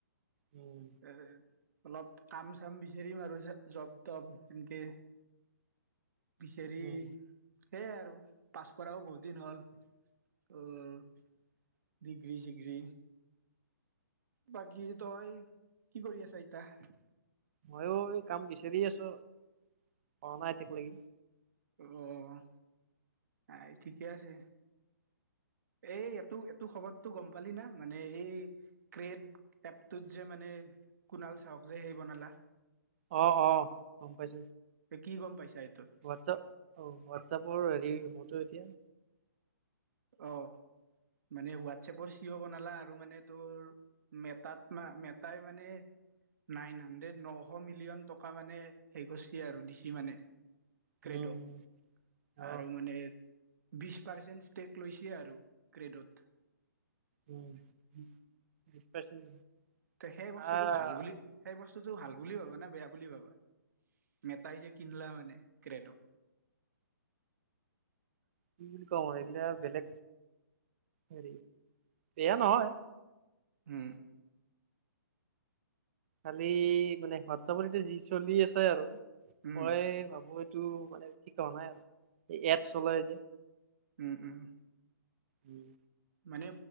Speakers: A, on the right; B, on the right.
A: উম।
B: এ অলপ কাম চাম বিচাৰিম আৰু জব তব এনেকে। পিছে হেৰি
A: উম
B: সেয়াই আৰু পাছ কৰাও বহুত দিন হ'ল। ত ডিগ্ৰী ছিগ্ৰী বাকী তই কি কৰি আছ এতিয়া?
A: ময়ো এই কাম বিচাৰি আছো পোৱা নাই এতিয়া লৈকে।
B: অ '। আই ঠিকে আছে। এই এইটো এইটো খবৰটো গ'ম পালি না। মানে এই ক্ৰট এপটোত যে মানে কুণাল চাওক যে সেই বনালা
A: অ', অ, গ'ম পাইছো।
B: এ কি গ'ম পাইছা এইটো?
A: হোৱাটছআপ অঁ হোৱাটছআপৰ হেৰি মটো এতিয়া
B: অ' মানে হোৱাটছএপৰ চিঅ' বনালা আৰু মানে তোৰ মেটাত মা মেটাই মানে নাইন হাণ্ড্ৰেড নশ মিলিয়ন টকা মানে হেৰি কৰিছে আৰু দিছি মানে ক্ৰেড'ক।
A: উম উম, অ
B: আৰু মানে বিশ পাৰ্চেন্ট ষ্টেক লৈছে আৰু ক্ৰেডত।
A: উম, <unintelligible>
B: ত' সেই বস্তুটো
A: আহ
B: ভাল বুলি সেই বস্তুটো ভাল বুলি ভাবা নে বেয়া বুলি ভাবা মেটাই যে কিনলা মানে কে্ৰডক।
A: কি বুলি কওঁ এইগিলা আৰু বেলেগ হেৰি বেয়া নহয়।
B: হম।
A: খালি মানে হোৱাটছআপত এতিয়া যি চলি আছে আৰু
B: উম
A: মই ভাবো এইটো মানে ঠ হ নাই আৰু স এপ চলাই যে।
B: উওম উওম।
A: উম
B: মানে